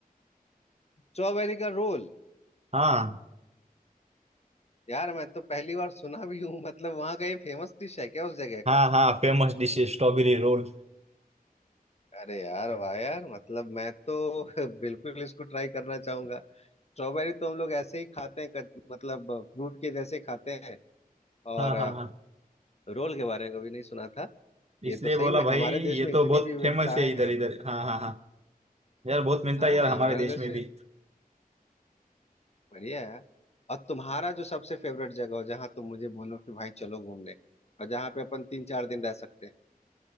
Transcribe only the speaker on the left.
स्ट्रॉबेरी का रोल
यार मैं तो पहली बार सुना भी हूँ मतलब वहाँ का ये फेमस डिश है क्या उस जगह
का
अरे यार वाह यार मतलब मैं तो <laughs> बिल्कुल इसको ट्राई करना चाहूंगा स्ट्रॉबेरी तो हम लोग ऐसे ही खाते हैं कट- मतलब फ्रूट के जैसे खाते हैं और
अ,
रोल के बारे में कभी नहीं सुना था
ये तो सही
में
हमारे
देश में
इतनी
विविधताएं
हैं
हाँ
हमारे
देश
में
बढ़िया है और तुम्हारा जो सबसे फेवरेट जगह हो जहाँ तुम मुझे बोलो कि भाई चलो घूमने और जहाँ पे अपन तीन चार दिन रह सकते हैं